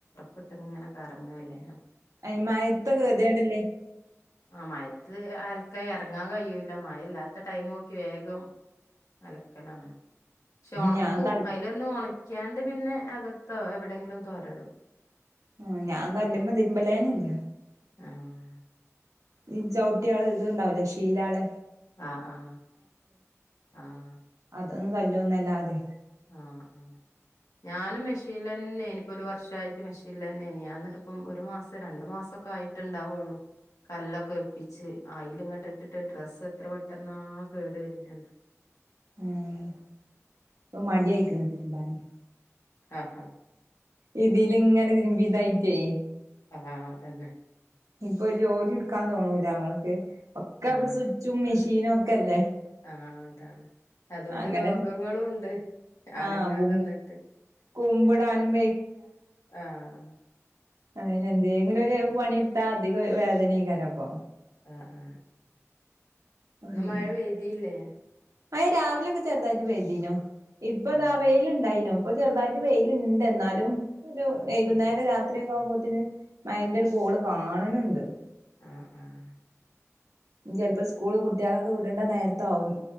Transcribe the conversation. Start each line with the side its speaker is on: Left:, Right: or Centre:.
Left: കിട്ട് ഇങ്ങനെകറങ്ങല്ലേ
Right: അത് മഴത്തൊക്കെ കെതിയേടല്ലേ അത്
Left: ആ മയത്ത് അൽക്കാ എറങ്ങാൻ കഴിയൂല്ല മഴ ഇല്ലാത്ത ടൈമോ ക്കി വേഗം അലക്കലാണ് പക്ഷെ ഒണക്കും
Right: ഞാൻ കൽ
Left: അതിലൊന്ന് ഒണ ക്കാണ്ട് പിന്നെ അകത്തോ എവിടെങ്കിലും തോരടും
Right: ആ ഞാൻ കല്ലുമ്മ തിരുമ്പലേനില്ല
Left: ആഹ്
Right: ഈ ചവിട്ടിയള് ഇത്ണ്ടാവലേ ഷീലാള്
Left: ആ ആ ആഹ്
Right: അതൊന്നും കല്ല്മന്നല്ലാതെ
Left: ആഹ് ആഹ് ഞാനും മെഷീനില്ന്നേനി ഇ ഇപ്പൊ ഒരു വർഷയിട്ട് മെഷീലെന്നേനി ഞാൻ ന്നിട്ട് ഇപ്പം ഒരു മാസം രണ്ടു മാസാക്കെ ആയിട്ട് ഇണ്ടാവുള്ളു കല്ലൊക്കെ വെപ്പിച്ച് ആയില്ല് ഇങ്ങട്ട് ഇട്ടിട്ട് ഡ്രസ്സ് എത്ര പെട്ടെന്നാ കേടു വരുന്നെന്നോ
Right: ആഹ് ഇപ്പൊ മടി അയിക്ക്ണ് തിരുമ്പാന്
Left: ആഹ്
Right: ഇതില് ഇങ്ങനെ തിര്മ്പിതായി ട്ടേ
Left: അ ഹാ അതെന്നെ
Right: ഇപ്പൊ ഒരു ജോലി ഇട്ക്കാൻ തോന്നൂല ണമ്മൾക്ക് ഒക്കെ
Left: ആഹ്
Right: ഇപ്പം സുച്ചും മിഷീ നൊക്കെ അല്ലേ
Left: ആഹ് അതാണ് അതുകൊണ്ട്
Right: അങ്ങനെന്നെ
Left: രോഗങ്ങളുണ്ട് അനങ്ങാതെന്നിട്ട്
Right: ആഹ് കു കുമ്പിടാനും
Left: ആഹ്
Right: അതെന്നെ എന്തെലും ഒരു പണിട്ത്താ അധിക വേദനേക്കാരം അപ്പൊ
Left: ആ ആ ഇന്ന്
Right: ഉം
Left: മഴ പെയ്തീല്ലേ
Right: മഴ രാവിലൊക്കെ ചെറുതായിട്ട് പെയ്തീനു ഇപ്പൊ ഇതാ
Left: ആഹ്
Right: വെയില് ഇണ്ടായിനൊ ഇപ്പൊ ചെറുതായിട്ട് വെയിലുണ്ട് എന്നാലും ഒരു വൈകുന്നേരം
Left: ആഹ്
Right: രാത്രിയൊക്കെ ആവുമ്പോ പിന്നെ മഴന്റെ ഒരു കോള് കാണ് ണ് ണ്ട് <unintelligible>
Left: ആ ആ
Right: ചിലപ്പോ സ്കൂള് കുട്ടികളൊക്കെ വിടണ്ട നേരത്ത് ആകും